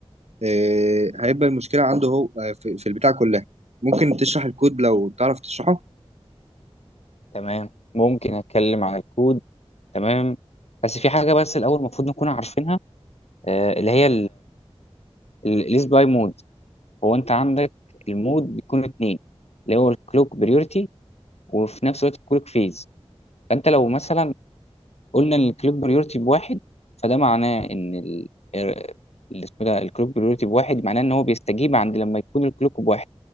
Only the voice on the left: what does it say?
تمام ممكن اتكلم عن الكود تمام بس في حاجه بس الاول المفروض نكون عارفينها آه، اللي هي الاس باي مود هو انت عندك المود بيكون اتنين اللي هو الكلوك بريورتي وفي نفس الوقت الكلوك فيز فانت لو مثلا قلنا ان الكلوك بريورتي بواحد فده معناه ان ال... ال- اللي اسمه ده الكلوك بريورتي بواحد معناه ان هو بيستجيب عند لما يكون الكلوك بواحد